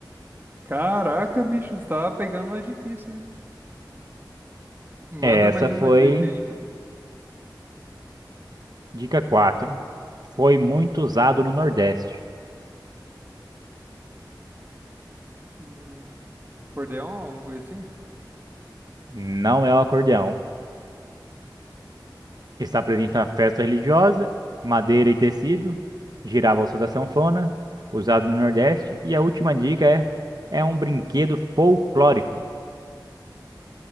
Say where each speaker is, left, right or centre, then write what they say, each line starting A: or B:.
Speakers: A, on the right; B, on the right.
A: Caraca, bicho, você tá pegando mais difícil. hein? Manda
B: Essa
A: mais uma
B: foi
A: dica aí.
B: dica 4. Foi muito usado no Nordeste.
A: Hum, acordeon, alguma coisa assim?
B: Não é o acordeão. Está presente na festa religiosa, madeira e tecido. Girava ao som da sanfona, usado no Nordeste. E a última dica é é um brinquedo folclórico.